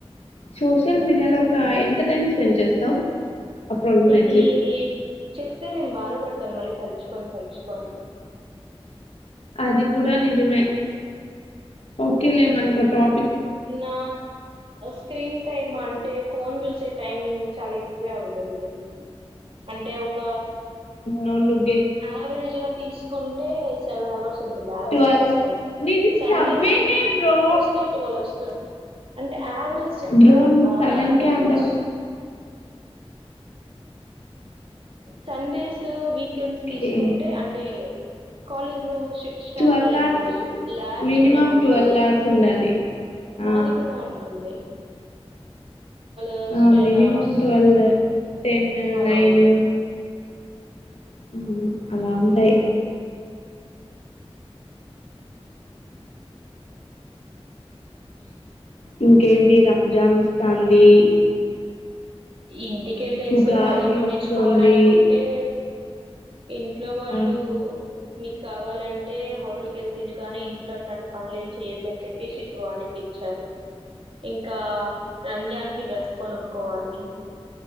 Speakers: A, on the left (about 85°); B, on the right (about 60°).
A: సోషల్ మీడియాలో ఒక ఎంత టైం స్పెండ్ చేస్తావు అప్రాక్సిమేట్లీ
B: ఇది చెప్తే నేను బాధపడతాను మళ్ళీ తలుచుకొని తలుచుకోని
A: అది కూడా నిజమే ఓకేలే మనకు ఆ టాప్
B: నా స్క్రీన్ టైమ్ అం అ ఫోన్ చూసే టైమింగ్ చాలా ఎక్ ఎక్కువే ఉంటుంది అంటే ఒక
A: నాలుగు
B: యావరేజ్ గా తీసుకుంటే సెవెన్ అవర్స్ ఉంటుందియావరేజ్
A: ట్వెల్వ్
B: తీసుకుంటే
A: నీది
B: సండే
A: సెవెనే బ్రో
B: వస్తే టువల్ వస్తుంది అంటే యావరేజ్ చెప్తాను
A: బ్రో నువ్వు
B: ఆన్
A: సెవెన్
B: యావరేజ్
A: కే అంత
B: సండేస్ మూవీ ెన్స్
A: ఓకే
B: తీసుకుంటే అంటే కాలేజ్ లో స్ట్ స్టాఫ్
A: ట్వెల్వ్
B: లేని
A: అవర్స్
B: రోజు ల్యాబ్స్
A: మినిమం
B: ఉన్న రోజులు
A: ట్వెల్వ్ అవర్స్ ఉండాలి
B: నాది
A: ఆ
B: కూడా ఉంటుంది అవర్స్,
A: ఆ మనిమం
B: అవర్స్
A: ట్వల్ టెన్
B: అలా
A: నైన్
B: ఉంటుంది.
A: మ్ అలా ఉంటాయి
B: హ్మ్.
A: ఇంకేంటి రంజాన్ వస్తంది
B: ఇంటికి క్కెళ్ళేసి
A: ఉగాది
B: హలీ మొండించుకోవాల
A: వస్తుంది
B: అనుకుంటే ఇంట్లో వాళ్ళు
A: ఆ
B: మీకు కావాలంటే హోటల్కి వెళ్తిన కానీ ఇంట్లో అట్లాంటి పనులు ఏమి చేయొద్దని చెప్పి ఇట్ వార్నింగ్ ఇచ్చారు ఇంకా రంజాన్ కి డ్రెస్ కొనుక్కోవాలి